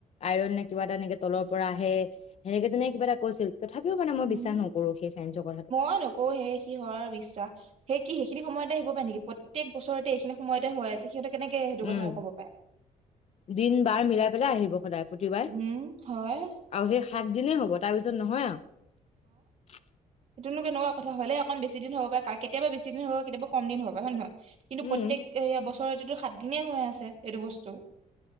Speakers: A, on the left; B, on the right.
A: আইৰন নে কিবা এটা এনেকে তলৰ পৰা আহে সেইগিদিনেই কিবা এটা কৈছিল তথাপিও মানে মই
B: উম
A: বিশ্বাস নকৰো সেই চাইন্সৰ কথাটো।
B: মই নকোও সেই <unintelligible> কিহৰ বিশ্বাস সেই কি সেইখিনি সময়তে আহিব পাৰে নেকি প্ৰত্যক বছৰতে এইখিনি সময়তে হয়, আজি সিহঁতে কেনেকে সেইটো
A: উম
B: কথা ক'ব পাৰে।
A: দিন বাৰ মিলাই পেলাই আহিব সদায়। প্ৰতিবাৰে
B: উম' হয়।
A: আৰু সেই সাত দিনেই হ'ব তাৰ পিছত নহয় আৰু <unintelligible>
B: এইটোনো কেনেকুৱা কথা হ'ল এ অকন বেছি দিন হ'ব পাৰে কাৰ কেতিয়াবা বেছিদিন হ'ব কেতিয়াবা কম দিন হ'ব পাৰে হয় নহয়? কিন্তু
A: উম
B: প্ৰত্যেক এইয়া বছৰত সাত দিনেই হৈ আছে এইটো বস্তু।